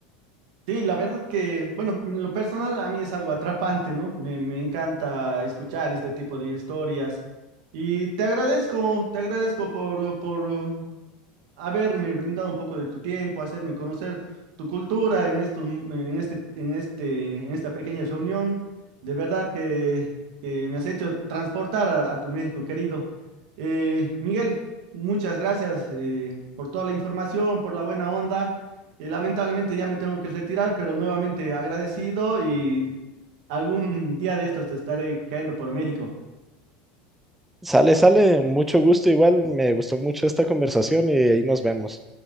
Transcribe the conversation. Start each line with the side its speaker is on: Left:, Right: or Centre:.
Right: Sí, la verdad que, bueno, en lo personal a mí es algo atrapante, ¿no? Me, me encanta escuchar este tipo de historias. Y te agradezco, te agradezco por, por haberme brindado un poco de tu tiempo, hacerme conocer tu cultura en estos, m- en este, en este, en esta pequeña reunión. De verdad que, que me has hecho transportar a, a tu México querido. Eh, Miguel, muchas gracias eh, por toda la información, por la buena onda. Eh, lamentablemente ya me tengo que retirar, pero nuevamente agradecido y algún día de estos te estaré cayendo por México.
Centre: Sale, sale, mucho gusto igual, me gustó mucho esta conversación y ahí nos vemos.